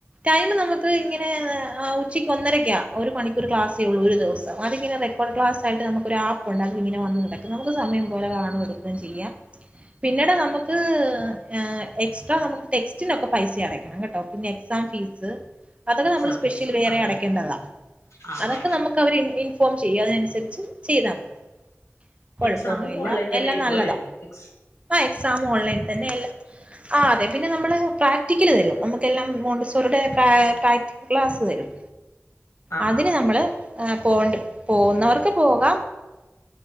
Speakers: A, on the right; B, on the left.
A: ടൈമ് നമുക്ക് ഇങ്ങനെ ആഹ് ഉ ച്ചക്ക് ഒന്നരയ്ക്കാ. ഒരു മണിക്കൂർ ക്ലാസേ ഉള്ളൂ ഒരു ദിവസം. അതിങ്ങനെ റെക്കോഡ് ക്ലാസായ്ട്ട് നമുക്കൊരാ പ്പുണ്ട് അത് ഇങ്ങനെ വന്ന് കിടക്കും. നമുക്ക് സമയം പോലെ കാണും എടുക്ക്കേം ചെയ്യാം. പിന്നെടാ നമുക്ക് ഏഹ് എക്സ്ട്രാ നമുക്ക് ടെക്സ്റ്റിനൊക്കെ പൈസ അടക്കണം കേട്ടോ. പിന്നെക് സാം ഫീസ് അതൊക്കെ
B: എക്സാം
A: നമ്മൾ സ്പെഷ്യൽ
B: ഫീസ്
A: വേറെ
B: അങ്ങനെ
A: അടയ്ക്കേണ്ടതാ.
B: ആ
A: അതൊക്കെ
B: ആ
A: നമുക്ക് അവര് ഇൻ ഇൻഫോം ചെയ്യും അതിനനുസരിച്ച് ചെയ്താ മതി. കൊഴപ്പൊന്നു
B: എക്സാമും
A: ഇല്ല.
B: ഓൺലൈൻ തന്നെ
A: എല്ലാം
B: ആയിരിക്കും
A: നല്ലതാ
B: അല്ലേ എക്സ്
A: ആഹ് എക്സാം ഓൺലൈൻ തന്നെ. എല്ലാം ആഹ് അതെ പിന്നെ നമ്മൾ പ്രാക്ടിക്കല് തരും നമുക്കെല്ലാം മോണ്ടി സോറിടെ പേ പ്രാക്ടിക്കൽ ക്ലാസ്സ് തരും.
B: ആ
A: അതിന്
B: ആ
A: നമ്മള്, ഏഹ് പോണ്ട് പോകുന്നവർക്ക് പോകാം.